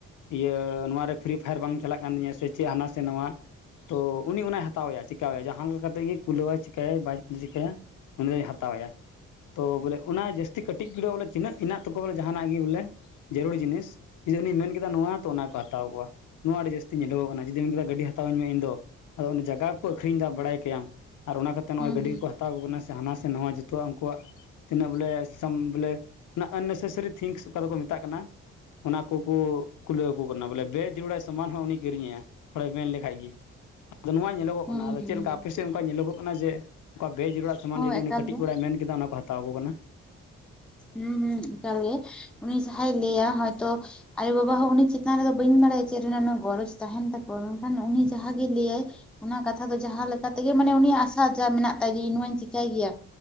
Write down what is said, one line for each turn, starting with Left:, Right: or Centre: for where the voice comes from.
Left: ᱤᱭᱟᱹ ᱱᱚᱣᱟ ᱨᱮ ᱯᱷᱨᱤ ᱯᱷᱟᱭᱟᱨ ᱵᱟᱝ ᱪᱟᱞᱟᱜ ᱠᱟᱱᱟ᱾ ᱠᱟᱱ ᱛᱤᱧᱟᱹ ᱥᱮ ᱪᱮᱫ ᱦᱟᱱᱟ ᱥᱮ ᱱᱚᱣᱟᱼᱼ ᱛᱚ ᱩᱱᱤ ᱚᱱᱟᱭ ᱦᱟᱛᱟᱣ ᱟᱭᱟ ᱪᱮᱠᱟᱭᱮᱭᱟ ᱡᱟᱦᱟᱸ ᱞᱮᱠᱟ ᱠᱟᱛᱮᱫ ᱜᱮ ᱠᱩᱞᱟᱹᱣᱟᱭ ᱪᱤᱠᱟᱹᱭᱟᱭ ᱵᱟᱭ ᱠᱩᱞᱟᱹ ᱪᱤᱠᱟᱹᱭᱟ᱾ ᱩᱱᱤ ᱫᱚᱭ ᱦᱟᱛᱟᱣᱟ᱾ ᱛᱚ ᱵᱚᱞᱮ ᱚᱱᱟ ᱡᱟᱹᱥᱛᱤ ᱠᱟᱹᱴᱤᱡ ᱜᱟᱹ ᱵᱚᱞᱮ ᱛᱤᱱᱟᱹᱜ ᱦᱮᱱᱟᱜ ᱛᱟᱣᱟ ᱵᱚᱞᱮ ᱡᱟᱦᱟᱱᱟᱜ ᱜᱮ ᱵᱚᱞᱮ᱾ ᱡᱟᱹᱨᱩᱲ ᱡᱤᱱᱤᱥ ᱡᱩᱫᱤ ᱩᱱᱤᱭ ᱢᱮᱱ ᱠᱮᱫᱟ ᱱᱚᱣᱟ ᱛᱚ ᱚᱱᱟ ᱠᱚ ᱦᱟᱛᱟᱣ ᱠᱚᱣᱟ ᱱᱚᱣᱟ ᱟᱹᱰᱤ ᱡᱟᱹᱥᱛᱤᱼᱼ ᱧᱮᱞᱚᱜ ᱠᱟᱱᱟ ᱡᱩᱫᱤ ᱢᱮᱱ ᱠᱮᱫᱟ ᱜᱟᱹᱰᱤ ᱦᱟᱛᱟᱣ ᱟᱹᱧ ᱢᱮ ᱤᱧ ᱫᱚ ᱟᱫᱚ ᱚᱸᱰᱮ ᱡᱟᱭᱜᱟ ᱠᱚ ᱟᱹᱷᱨᱤᱧ ᱮᱫᱟ ᱵᱟᱲᱟᱭ ᱠᱟᱭᱟᱢ ᱟᱨ ᱚᱱᱟᱛᱤᱨᱼᱼ ᱱᱚᱜᱼᱚᱭ
Centre: ᱦᱩᱸ
Left: ᱜᱟᱹᱰᱤ
Centre: ᱦᱩᱸ
Left: ᱠᱚ ᱦᱟᱛᱟᱣ ᱟᱠᱚ ᱠᱟᱱᱟ ᱥᱮ ᱦᱟᱱᱟ ᱥᱮ ᱱᱟᱣᱟ ᱡᱚᱛᱚᱣᱟᱜ ᱩᱱᱠᱩᱣᱟᱜᱼᱼ ᱛᱤᱱᱟᱹᱜ ᱵᱚᱞᱮ ᱥᱟᱢ ᱵᱚᱞᱮ ᱚᱱᱟ ᱟᱱᱱᱮᱥᱮᱥᱟᱨᱤ ᱛᱷᱤᱝᱥ ᱚᱠᱟ ᱫᱚᱠᱚ ᱢᱮᱛᱟᱜ ᱠᱟᱱᱟᱼᱼ ᱚᱱᱟ ᱠᱚᱠᱚ ᱠᱩᱞᱟᱹᱣ ᱟᱠᱚ ᱠᱟᱱᱟ ᱵᱚᱞᱮ ᱵᱮ ᱡᱩᱲᱟ ᱥᱟᱢᱟᱱ ᱦᱚᱸ ᱩᱱᱤᱼᱼ ᱠᱤᱨᱤᱧᱮᱭᱟ ᱛᱷᱚᱲᱟᱭ ᱢᱮᱱ ᱞᱮᱠᱷᱟᱡ ᱜᱮ᱾ ᱟᱫᱚ ᱱᱚᱣᱟ ᱧᱮᱞᱚᱜᱚᱜ
Centre: ᱦᱩᱸ
Left: ᱠᱟᱱᱟ ᱟᱫᱚ ᱪᱮᱫᱠᱟ ᱟᱯᱮ
Centre: ᱦᱩᱸ
Left: ᱥᱮᱫ ᱚᱱᱠᱟ ᱧᱮᱞᱚᱜᱚᱜ ᱠᱟᱱᱟ ᱡᱮᱼᱼ ᱚᱠᱟ ᱵᱮᱡᱽ ᱨᱮᱭᱟᱜᱟᱜ ᱥᱟᱢᱟᱱ
Centre: ᱦᱚᱸ
Left: ᱡᱩᱫᱤ
Centre: ᱮᱠᱟᱞ
Left: ᱩᱱᱤ ᱠᱟᱹᱴᱤᱡ
Centre: ᱜᱮ
Left: ᱠᱩᱲᱟᱭ ᱢᱮᱱ ᱠᱮᱫᱟ ᱚᱱᱟ ᱠᱚ ᱦᱟᱛᱟᱣ ᱟᱠᱚ ᱠᱟᱱᱟ᱾
Centre: ᱦᱩᱸ ᱦᱩᱸ ᱮᱠᱟᱞ ᱜᱮ ᱩᱱᱤ ᱡᱟᱦᱟᱸᱭ ᱞᱟᱹᱭᱟ ᱦᱚᱭᱛᱚᱼᱼ ᱟᱭᱳ ᱵᱟᱵᱟ ᱦᱚᱸ ᱩᱱᱤ ᱪᱮᱛᱟᱱ ᱨᱮᱫᱚ ᱵᱟᱹᱧ ᱵᱟᱲᱟᱭᱟ ᱪᱮᱫ ᱨᱮᱱᱟᱜ ᱩᱱᱟᱹᱜ ᱜᱚᱨᱚᱡᱽ ᱛᱟᱦᱮᱱ ᱛᱟᱠᱚᱣᱟ ᱢᱮᱱᱠᱷᱟᱱ ᱩᱱᱤ ᱡᱟᱦᱟᱸ ᱜᱮᱭ ᱞᱟᱹᱭᱟᱭᱼᱼ ᱚᱱᱟ ᱠᱟᱛᱷᱟ ᱫᱚ ᱡᱟᱦᱟᱸ ᱞᱮᱠᱟ ᱛᱮᱜᱮ ᱢᱟᱱᱮ ᱩᱱᱤᱭᱟᱜ ᱟᱥᱟ ᱡᱟ ᱢᱮᱱᱟᱜ ᱛᱟᱭ ᱜᱮ ᱤᱧ ᱢᱟᱧ ᱪᱮᱤᱠᱟᱹᱭ ᱜᱮᱭᱟ᱾